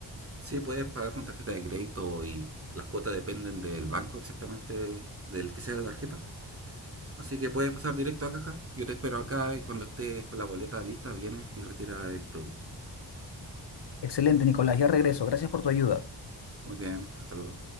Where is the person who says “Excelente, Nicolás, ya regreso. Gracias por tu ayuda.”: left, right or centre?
Left